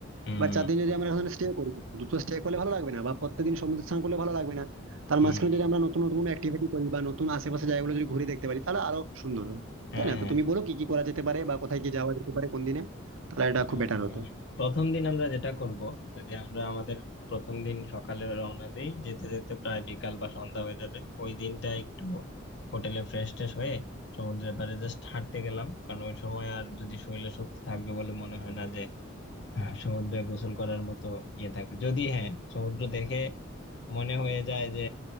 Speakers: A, on the left; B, on the right.
A: হুম
B: এবার চার দিন যদি আমরা ওখানে স্টে করি দুটো স্টে করলে ভালো লাগবে না বা প্রত্যেকদিন সমুদ্র স্নান করলে ভালো লাগবে না তার
A: হুম
B: মাঝখানে যদি আমরা নতুন নতুন অ্যাক্টিভিটি করি বা নতুন আশেপাশে জায়গাগুলো যদি ঘুরে দেখতে পারি তাহলে আরো সুন্দর হয়
A: হ্যাঁ
B: তাই না তো
A: হ্যাঁ
B: তুমি
A: হ্যাঁ।
B: বলো কি কি করা যেতে পারে বা কোথায় কি যাওয়া যেতে পারে কোন দিনে তাহলে এটা
A: আহ,
B: খুব বেটার হতো
A: প্রথম দিন আমরা যেটা করব যে আমরা আমাদের প্রথম দিন সকালে রওনা দেই যেতে যেতে প্রায় বিকাল বা সন্ধ্যা হয়ে যাবে ওই দিনটা একটু হোটেলে ফ্রেশ ট্রেশ হয়ে সমুদ্রের পাড়ে জাস্ট হাঁটতে গেলাম কারণ ওই সময় আর যদি শরীরে শক্তি থাকবে বলে মনে হয় না যে আহ, সমুদ্রে গোসল করার মতো ইয়ে থাকবে যদি হ্যাঁ সমুদ্র দেখে মনে হয়ে যায় যে